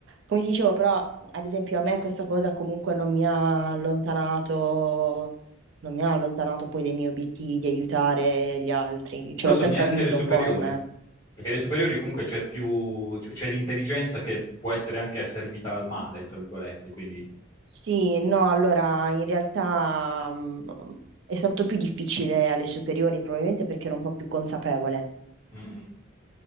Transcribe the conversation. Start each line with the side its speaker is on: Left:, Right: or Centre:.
Right: come ti dicevo, però, ad esempio, a me questa cosa comunque non mi ha allontanato, non mi ha allontanato poi dai miei obiettivi di aiutare gli altri. Ce
Left: Questo
Right: l'ho sempre
Left: neanche
Right: avuto
Left: alle superiori,
Right: un po' in me.
Left: perché alle superiori comunque c'è più, c'è c'è l'intelligenza che può essere anche asservita al male, tra virgolette, quindi...
Right: Sì, no, allora in realtà mh, è stato più difficile alle superiori, probabilmente perché ero un po' più consapevole.
Left: Mm, mm.